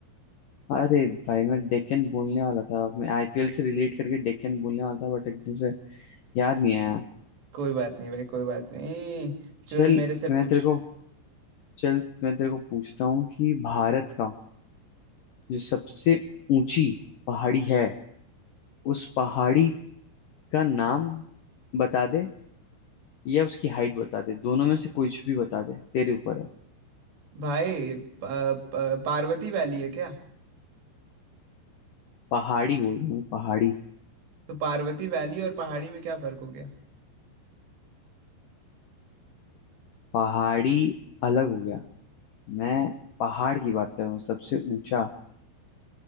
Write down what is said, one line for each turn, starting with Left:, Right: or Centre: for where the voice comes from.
Left: अरे भाई मैं डेक्कन बोलने वाला था मैं आईपीएल से रिलेट करके डेक्कन बोलने वाला था बट एकदम से याद नहीं आया
Right: कोई बात नहीं भाई कोई बात नहीं चल
Left: चल
Right: मेरे से पूछ
Left: मैं तेरे को चल मैं तेरे को पूछता हूँ कि भारत का जो सबसे ऊंची पहाड़ी है उस पहाड़ी का नाम बता दे या उसकी हाइट बता दे दोनों में से कुछ भी बता दे तेरे ऊपर है
Right: भाई प, प, पार्वती वैली है क्या
Left: पहाड़ी बोल रहा हूँ मैं, पहाड़ी
Right: तो पार्वती वैली और पहाड़ी में क्या फर्क हो गया
Left: पहाड़ी अलग हो गया मैं पहाड़ की बात कर रहा हूँ सबसे ऊंचा